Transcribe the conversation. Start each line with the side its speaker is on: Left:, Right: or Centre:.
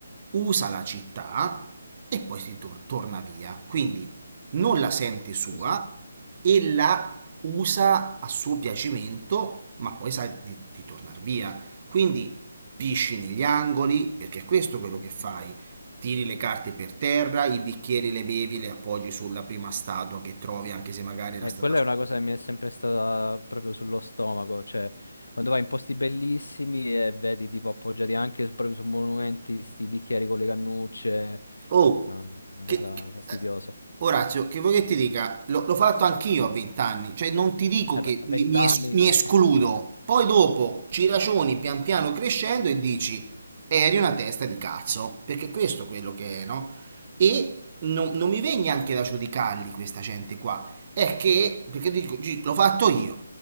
Right: usa la città e poi si tor- torna via. Quindi non la sente sua
Left: Così.
Right: e la usa a suo piacimento, ma poi sa di, di tornare via. Quindi pisci negli angoli, perché è questo quello che
Left: Mm.
Right: fai. Tiri le carte per terra, i bicchieri le bevi, le appoggi sulla prima statua che trovi, anche se magari era
Left: E
Right: stata
Left: quella è una cosa che mi è sempre stata proprio sullo stomaco, cioè quando vai in posti bellissimi e vedi tipo appoggiati anche su- proprio su monumenti, sti bicchieri con le cannucce,
Right: Oh,
Left: no, una
Right: che,
Left: cosa
Right: che-
Left: fastidiosa.
Right: eh, Orazio, che vuoi che ti dica? Lo- L'ho fatto anch'io a vent'anni, cioè non ti dico
Left: E
Right: che
Left: beh, a
Right: mi,
Left: vent'anni,
Right: mi es- mi escludo,
Left: eh, ci sta.
Right: poi dopo ci ragioni pian piano crescendo e dici, eri una testa di cazzo, perché questo è quello che è, no? E non, non mi viene neanche da giudicarli questa gente qua. È che, perché dico, "Gi- l'ho fatto io,